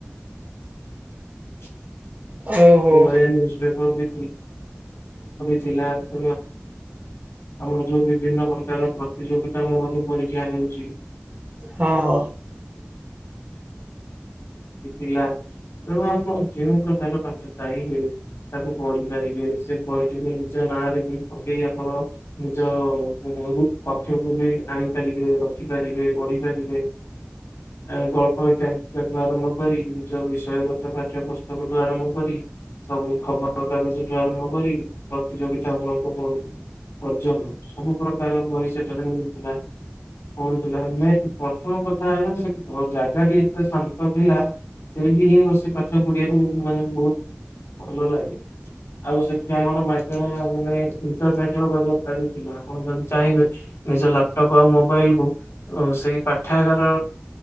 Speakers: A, on the left; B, on the right.
A: <unintelligible>
B: ଓହୋ
A: ଏଇ ଭଳିଆ ନ୍ୟୁଜ୍‌ ପେପର୍ ବି ଥିଲା। <inaudible> ଆମର ଯଉ ବିଭିନ୍ନ ପ୍ରକାର ପ୍ରତି ଯୋଗିତା ପରୀକ୍ଷା ହେଉଚି।
B: ହଁ ହଁ।
A: <unintelligible> <inaudible> ତାକୁ ପଢ଼ି ପାରିବେ, ସେ ବହିଟିକୁ ନିଜ ନାଁରେ ବି ପକେଇ ଆପଣ। ନିଜ ଆଣି ପାରିବେ, ରଖି ପାରିବେ, ପଢ଼ି ପାରିବେ। <unintelligible> ପାଠ୍ୟ ପୁସ୍ତକ ଆରମ୍ଭ କରି ସବୁ ଖବର କାଗଜ ଠୁ ଆରମ୍ଭ କରି, ପ୍ରତିଯୋଗିତା ମୂଳକ ପର୍ଯ୍ୟନ୍ତ, ସବୁ ପ୍ରକାର ବହି ସେଠାରେ ମିଳୁ ଥିଲା। <inaudible> ସେଇଠି ହିଁ ବସି ପାଠ ପଢ଼ିବାକୁ, ମାନେ ବହୁତ୍ ଭଲ ଲାଗେ। ଆଉ ସେଠି ଆମର ମାଗା ମାନେ ଇଣ୍ଟର୍ ନେଟ୍‌ର ବେବସ୍ତା ବି ଥିଲା, ଆପଣ ଯଦି ଚାଇଁବେ ନିଜ ଲାପ୍ଟପ୍ ଆଉ ମୋବାଇଲ୍‌ କୁ ସେଇ ପାଠ୍ୟା ଗାର